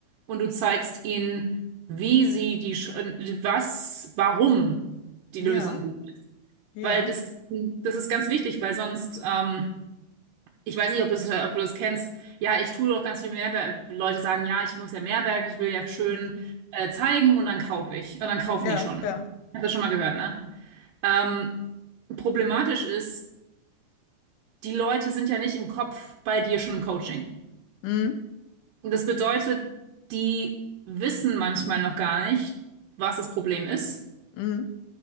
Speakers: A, on the right; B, on the left.
A: und du zeigst ihnen, wie sie die, Sch- äh, was, warum die
B: Ja.
A: Lösung gut ist.
B: Ja.
A: Weil das, das ist ganz wichtig, weil sonst ähm, ich weiß nicht, ob du das, ob du das kennst. Ja, ich tue doch ganz viel Mehrwert. Leute sagen, ja, ich muss ja Mehrwert, ich will ja schön
B: Mhm.
A: äh, zeigen und dann kaufe ich. Und dann kaufen
B: Ja,
A: die schon.
B: ja.
A: Hast du schon mal gehört, ne? Ähm, problematisch ist, die Leute sind ja nicht im Kopf bei dir schon im Coaching.
B: Mhm.
A: Und das bedeutet, die wissen manchmal noch gar nicht, was das Problem ist.
B: Mhm.